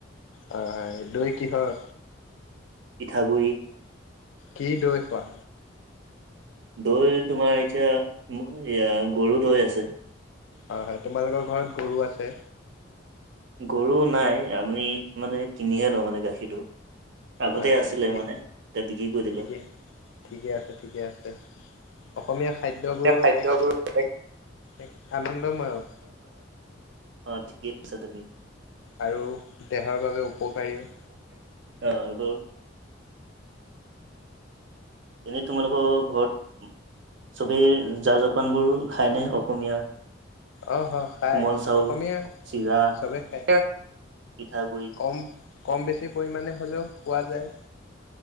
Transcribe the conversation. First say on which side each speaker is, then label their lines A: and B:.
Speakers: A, on the left; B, on the right.
A: হয়, হয় দৈ কিহৰ
B: পিঠাগুড়ি
A: কি দৈ খোৱা?
B: দৈ, তোমাৰ এতিয়া এয়া গৰু দৈ আছে।
A: হয়, হয় তোমালোকৰ ঘৰত গৰু আছে।
B: গৰু নাই। আমি মানে কিনিহে লওঁ মানে গাখীৰটো। আগতে
A: হয় হয়
B: আছিলে
A: ঠিক
B: মানে এতিয়া বিক্ৰী কৰি
A: ঠিকে
B: দিলো।
A: ঠিকে আছে, ঠিকে আছে। অসমীয়া খাদ্যবোৰৰ
B: এতিয়া খাদ্যবোৰ
A: এক
B: এক
A: এক আনন্দময়ক
B: অ, ঠিকেই আছা তুমি। <unintelligible>
A: আৰু দেহৰ বাবে উপকাৰীও।
B: অব <unintelligible> এনেই তোমালোকৰ ঘৰত চবেই জা-জলপানবোৰ খায়নে অসমীয়াৰ?
A: অ হ খায়
B: কোমল চাউল,
A: অসমীয়া
B: চিৰা।
A: চবে খায়
B: পিঠাগুড়ি।
A: কম কম বেছি পৰিমাণে হ'লেও খোৱা যায়।